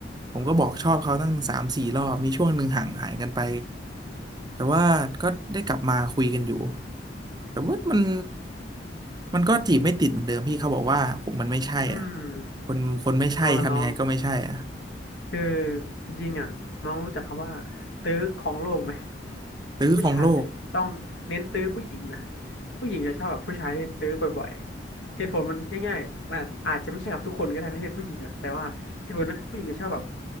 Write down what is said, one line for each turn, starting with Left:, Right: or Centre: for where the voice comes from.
Right: ผมก็บอกชอบเขาตั้งสามสี่รอบมีช่วงหนึ่งห่างหายกันไปแต่ว่าก็ได้กลับมาคุยกันอยู่แต่ว่ามันมันก็จีบไม่ติดเหมือนเดิมพี่เขาบอกว่าผมมันไม่ใช่อ่ะ
Left: อืม
Right: คนคนไม่ใช่ทำยังไงก็ไม่ใช่อ่ะ
Left: เอาละน้องคือจริงๆอ่ะน้องรู้จักคำว่าตื้อของโลกไหม
Right: หรือของโลก
Left: ผู้ชายเนี่ยต้องเน้นตื้อผู้หญิงนะผู้หญิงจะชอบแบบผู้ชายที่ตื้อบ่อยๆเหตุผลมันง่ายๆมันอาจจะไม่ใช่กับทุกคนก็ได้นะที่เป็นผู้หญิงอ่ะแต่ว่าเหตุผลนั้นคือผู้หญิงจะชอบแบบ